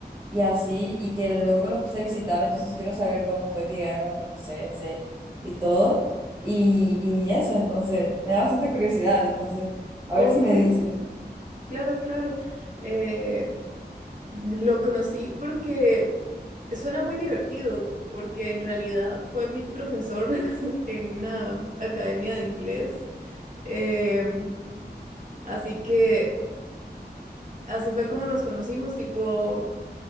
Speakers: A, on the right; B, on the right.
A: y así, y que luego lo fuiste a visitar, entonces quiero saber cómo fue que llegaron a conocerse y todo, y, y eso, entonces, me da bastante curiosidad, entonces, a
B: ok,
A: ver si me dices.
B: claro, claro. Eh, lo conocí porque suena muy divertido, porque en realidad fue mi profesor <laughs> en una academia de inglés. Em, así que así fue como nos conocimos, tipo,